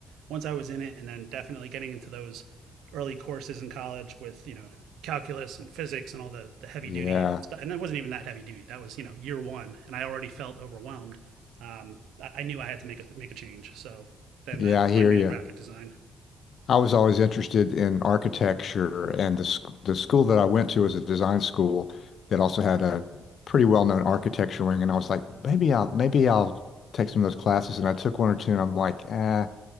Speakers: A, on the right; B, on the left.
A: once I was in it, and then definitely getting into those early courses in college with you know calculus and physics and all the the heavy
B: Yeah.
A: duty stuff, and it wasn't even that heavy duty. That was you know year one, and I already felt overwhelmed um, I, I knew I had to make a make a change. So then
B: Yeah,
A: that
B: I hear
A: led me
B: you.
A: to graphic design.
B: I was always interested in architecture, and the sc the school that I went to was a design school that also had a pretty well-known architecture wing. And I was like, maybe I'll maybe I'll take some of those classes. And I took one or two, and I'm like, eh,